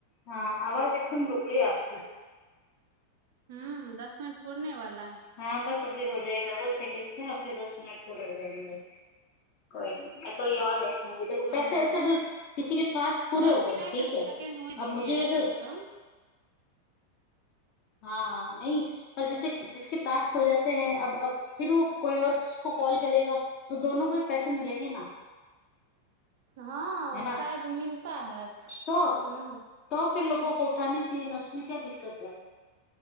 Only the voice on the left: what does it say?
हँ आवाज रूक गयी आपकी
हँ बस हो जाएगा सेकंड मे फिर दस मिनट पूरे हो जायंगे कोइ देख
पैसे ऐसे अगर किसी के पास पूे
हो गए
ठीक है
अब मुझे अगर
हँ न पर जैसे जिसके पास खो जाे है अब अब फिर ओ कोई आओर कॉल करेगा तो दोनों को ही पैसे मिलेंगे ना
है ना
तो
फिर लोगो को उठानी चाहिये न उसमे क्या दिक्कत है